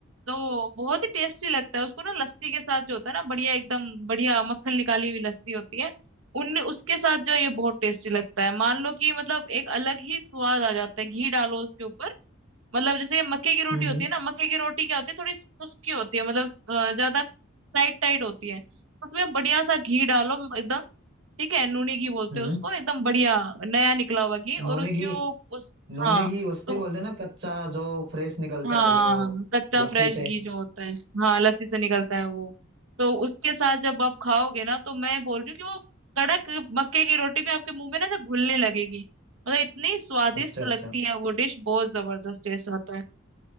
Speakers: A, on the right; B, on the right.
A: तो बहुत ही टेस्टी लगता है उसको ना लस्सी के साथ जो होता है ना बढ़िया एकदम बढ़िया मक्खन निकाली हुई लस्सी होती है उन उसके साथ जो है ये बहुत टेस्टी लगता है मान लो कि मतलब एक अलग ही स्वाद आ जाता है घी डालो उसके ऊपर मतलब जैसे मक्के की रोटी
B: हम्म
A: होती
B: हम्म
A: है ना मक्के की रोटी क्या होती है थोड़ी खुश्की होती है मतलब अ, ज्यादा टाइट टाइट होती है उसमें बढ़िया सा घी डालो एकदम ठीक है नूनी घी बोलते
B: हम्म।
A: हैं उसको एकदम बढ़िया नया निकला हुआ घी और
B: नोने
A: उसकी
B: की
A: वो उस
B: नूने
A: हाँ
B: घी उसे
A: तो
B: बोलते हैं ना कच्चा जो फ्रेश निकलता
A: हाँ
B: है जो
A: कच्चा
B: लस्सी
A: फ्रेश
B: से
A: घी जो होता है हाँ लस्सी से निकलता है वो तो उसके साथ जब आप खाओगे ना तो मैं बोल रही हूँ कि वो कड़क मक्के की रोटी भी आपके मुंह में ना ऐसे घुलने लगेगी मतलब इतनी स्वादिष्ट
B: अच्छा
A: लगती
B: अच्छा
A: है वो डिश बहुत जबरदस्त टेस्ट आता है